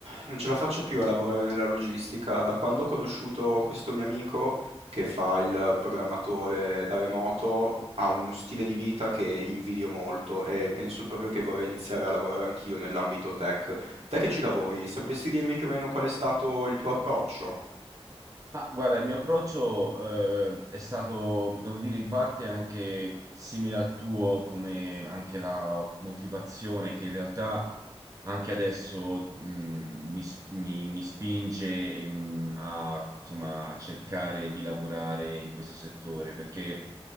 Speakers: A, on the right; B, on the right.
A: Non ce la faccio più a lavorare nella logistica. Da quando ho conosciuto questo mio amico che fa il programmatore da remoto, ha uno stile di vita che invidio molto e penso proprio che vorrei iniziare a lavorare anch'io nell'ambito tech. Te che ci lavori, sapresti dirmi più o meno qual è stato il tuo approccio?
B: Ma guarda, il mio approccio eh, è stato, devo dire, in parte anche simile al tuo, come anche la motivazione che in realtà anche adesso mh, mi, s- mi- mi spinge mh, a, insomma, a cercare di lavorare in questo settore, perché